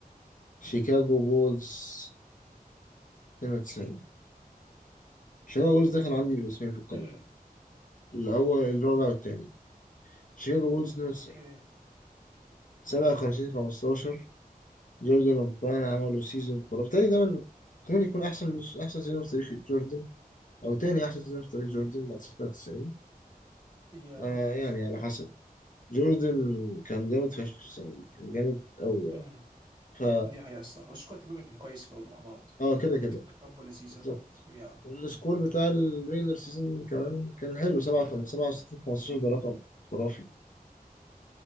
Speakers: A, on the left; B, on the right.
A: شيكاغو بولز 92 شيكاغو بولز دخل عندي باسمين في القائمه
B: امم
A: الاول الرابع والتاني شيكاغو بولز 92
B: اوكي
A: 57 15 جوردن وبوبان عملوا سيزون خرافي تاني ده من ممكن يكون احسن احسن سيزون في تاريخ جوردن او تاني احسن سيزون في تاريخ جوردن بعد 96
B: يا
A: آه
B: بالظبط
A: يعني على حسب جوردن كان جامد فشخ في السنه دي كان جامد قوي يعني
B: امم
A: ف
B: دي حقيقة الصراحة بس كويس تبقى كان كويس برضه مع بعض
A: اه كده
B: كانت
A: كده
B: كانت كامبو لذيذة
A: بالظبط
B: يا
A: والسكور بتاع الريجلر سيزون كمان كان حلو 57 67 15 ده رقم خرافي